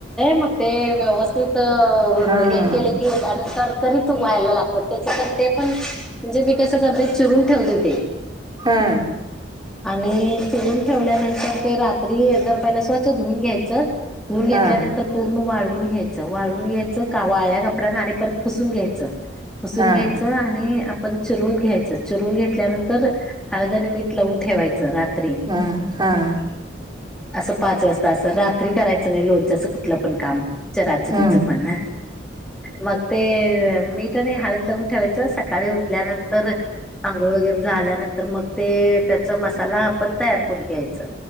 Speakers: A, in the centre; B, on the right (about 20°).
A: मग ते व्यवस्थित हे
B: हां.
A: केले की त्यानंतर करकरीत व्हायला लागत. पण ते पण मी कसं करते चिरून ठेवते ते
B: हा,
A: आणि चिरून ठेवल्यानंतर ते रात्री जर पहिलं स्वच्छ धुवून घ्यायचं.
B: हां,
A: धुतल्यानंतर पूर्ण वाळून घ्यायचं वाळून घ्यायचं का वाळ्या कपड्यांना आणि परत पुसून घ्यायचं. हसून
B: हां,
A: घ्यायचं आणि आपण चिरून घ्यायचं चिरून घेतल्यानंतर हळद आणि मीठ लावून ठेवायचं रात,
B: हां, हां,
A: असं पाच वाजता असं रात्री करायचं नाही लोणचं. तसं कुठलं पण काम चिरचिरी
B: हं,
A: पण मंग ते मीठआणि हळद लावून ठेवायचं सकाळी उठल्यानंतर आंघोळ वगैरे झाल्यानंतर मगं ते त्याचा मसाला आपण तयार करून घ्यायच